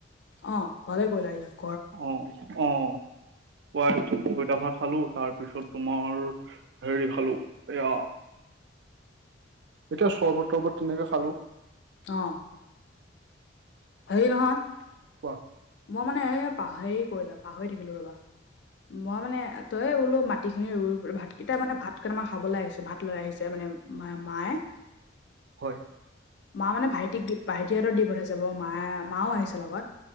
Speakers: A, on the left; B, on the right.
A: অ' ভালে কৰিলা ইয়াক।
B: অঁ অঁ। পই পঁইতা ভাত খালোঁ, তাৰপিছত তোমাৰ হেৰি খালোঁ এইয়া এতিয়া চৰ্বত তৰ্বত তেনেকে খালোঁ।
A: অ'। হেৰি নহয়।
B: কোৱা?
A: মই মানে এ পাহেৰি কৰিলা পাহৰি থাকিলো ৰবা! মই মানে তইয়ে বোলো মাটিখিনি ৰুই বুৰে ভাত এতিয়া মানে ভাতকেটামান খাবলৈ আহিছো ভাত লৈ আহিছে মানে মা মায়ে।
B: হয়।
A: মা মানে ভাইটিক দি ভাইটিহঁতক দি পঠাইছে বাৰু মা মাও আহিছে বাৰু লগত।